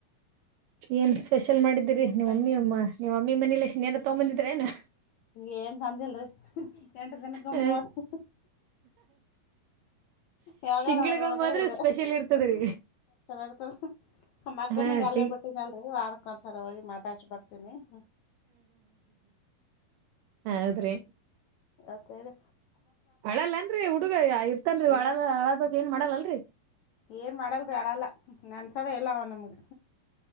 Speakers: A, on the right; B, on the left.
A: ಏನ್ ಸ್ಪೆಷಲ್ ಮಾಡಿದ್ದೀರಿ
B: ಏನ್
A: ನಿಮ್ಮ
B: ಸ್ಪೆಷಲ್
A: ಅಮ್ಮ ನಿಮ್ಮಮ್ಮಿ ಮನೇಲಿ ಏನ ತಗೊಂಬಂದಿದ್ರ ನ
B: ಈ ಏನ್ ತಂದಿಲ್ರಿ ಎಂಟ ದಿನಕ್ಕ
A: ಹಾ
B: ಮೂವತ್ತ ಯಾವಾಗಾರ
A: ತಿಂಗಳಿಗೊಮ್ಮೆ
B: ಆಗದ್ರೆ
A: ಹೋದ್ರೆ
B: ಇದೆಲ
A: ಸ್ಪೆಷಲ್ ಇರ್ತದ್ರೀ
B: ಇರ್ತದೆ ಮಗನಂಗ
A: ಹಾ
B: ಅಲ್ಲೇ
A: ತಿಂಗ್
B: ಬಿಟ್ಟಿನಲ್ರರಿ ನೀ ವಾರಕ್ಕ ಒಂದ್ಸರ್ ಹೋಗಿ ಮಾತಾಡ್ಸ ಬರ್ತೀನಿ ಹ್ಮ್
A: ಹ ಹೌದ್ರಿ
B: ಅತ್ತರಿ
A: ಹಳಲ್ಲನ್ರರಿ ಹುಡುಗ ಇರ್ತನ್ರಿ
B: ಏ~
A: ಅಳಲ್ಲ ಹಳದದತ್ ಏನ್ ಮಾಡಲ್ಲಲ್ರರಿ
B: ಏನ್ ಮಾಡಲ್ರಿ ಅಳಲ್ಲ ನೆನ್ಸದೆೇ ಎಲ್ಲ ಅವ ನಮ್ಗ